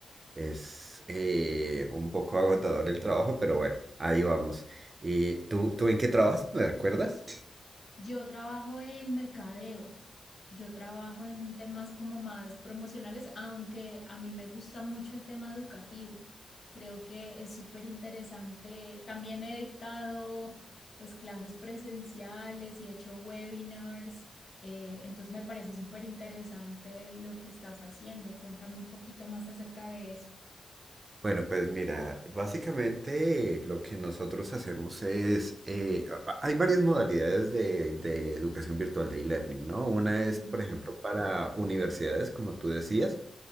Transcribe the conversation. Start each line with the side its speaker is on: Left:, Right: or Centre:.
Right: Es eh, un poco agotador el trabajo, pero bueno, ahí vamos. ¿Y tú, tú en qué trabajas? ¿Me recuerdas?
Left: Yo trabajo en mercadeo, yo trabajo en temas como más promocionales, aunque a mí me gusta mucho el tema educativo. Creo que es súper interesante. También he dictado pues clases presenciales y he hecho webinars, eh, entonces me parece súper interesante lo que estás haciendo. Cuéntame un poquito más acerca de eso.
Right: Bueno, pues mira, básicamente lo que nosotros hacemos es, eh, a- a- hay varias modalidades de, de educación virtual de e-learning, ¿no? Una
Left: Ujú,
Right: es, por ejemplo, para universidades, como tú decías,